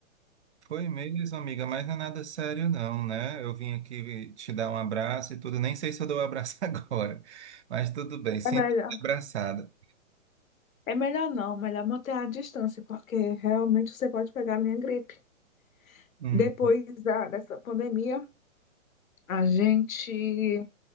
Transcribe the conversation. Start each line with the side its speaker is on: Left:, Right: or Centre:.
Right: foi mesmo, amiga, mas não é nada sério, não, né? Eu vim aqui te dar um abraço e tudo. Nem sei se eu dou um abraço <laughs> agora, mas tudo bem, sinto
Left: É melhor,
Right: me abraçada.
Left: é melhor não, melhor manter a distância, porque realmente você pode pegar a minha gripe.
Right: Hum,
Left: Depois da, dessa pandemia, a gente,